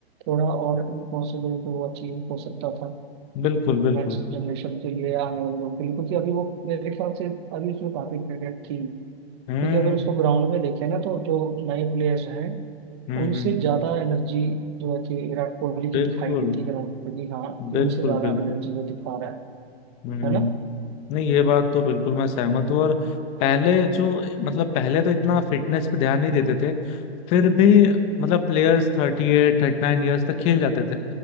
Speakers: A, on the right; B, on the left.
A: थोड़ा और इम्पॉसिबल तो वो अचीव हो सकता था
B: बिल्कुल बिल्कुल
A: नेक्स्ट जनरेशन के लिए या आने वाले लोगों के लिए क्योंकि अभी वो मेरे ख्याल से अभी उसमें काफी क्रिकेट थी क्योंकि
B: हम्म
A: अगर उसको ग्राउंड में देखें ना तो जो नए प्लेयर्स हैं
B: हम्म
A: उनसे
B: हम्म, हम्म।
A: ज्यादा एनर्जी जो है कि विराट कोहली की
B: बिल्कुल
A: दिखाई देती है ग्राउंड पर कि हाँ कि
B: बिल्कुल
A: उनसे ज्यादा
B: बिल्कुल
A: एनर्जी वो दिखा रहा है
B: हम्म
A: है ना
B: नहीं ये बात तो बिल्कुल मैं सहमत हूँ और पहले जो मतलब पहले तो इतना फिटनेस पे ध्यान नहीं देते थे फिर भी मतलब प्लेयर्स थर्टी एट थर्टी नाइन ईयर्स तक खेल जाते थे